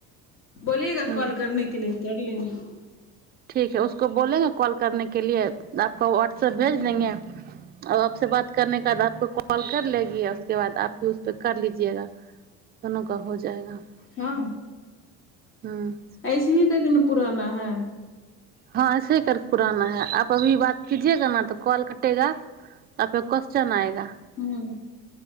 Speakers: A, on the left; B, on the right.
A: बोलिएगा
B: ह
A: कॉल करने के लिए कर लेन <inaudible> <inaudible>
B: ठीक है उसको बोलेगा कॉल करने के लि आपक वाट स भेज देंगे
A: ह
B: आ आपसँ बात करनेके बाद आपको कॉल कर लेगी उसके बाद आपके उसपे कर लीजियएगा दुोनू का हो जाएगा
A: हँ
B: हम्म
A: ऐसी ही तो दुनू पुराना है
B: हँं ऐसे ह कर पुराना है आप अभी बात कीजियेगा न तऽ कॉल कटेगापके क्वस््चन आएगा
A: हुँ